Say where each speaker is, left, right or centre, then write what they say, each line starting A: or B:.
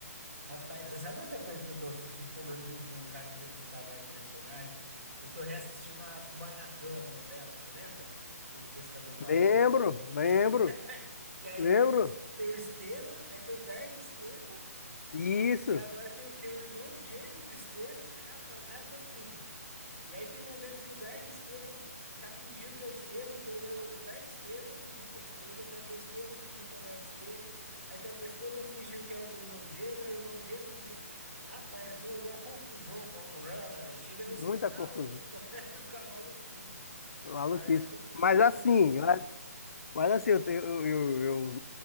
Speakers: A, on the right (about 50°); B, on the left (about 60°).
A: Rapaz, sabe outra coisa que eu tô assistindo, falando de, de um cara interpretar vários personagens? Eu tô reassistindo a Kubanacan, a novela, você lembra? Do Pescador Parrudo?
B: lembro, lembro,
A: <laughs> Que aí
B: lembro.
A: tem o, Es- tem o Esteban, aí tem o Dark Esteban,
B: Isso,
A: e agora tem, tem o irmão gêmeo do Esteban. Rapaz, o cara tá assim. E aí tem momento que o Dark Esteban tá fingindo que é o Esteban, então ele é o Dark Esteban fingindo que é o Esteban, aí tem hora que é o Esteban fingindo que é o Dark Esteban, aí tem hora que é o Esteban fingindo que é o irmão gêmeo, o irmão gêmeo fingindo que. Rapaz, aquilo ali é uma confusão com a mulher, lá, velho. Chega nesse
B: muita
A: final
B: confusão,
A: aqui, <laughs> começa a ficar maluquice.
B: maluquice.
A: Mas tô,
B: Mas
A: tô quase
B: assim,
A: acabando.
B: mas mas assim, eu, eu, eu, eu-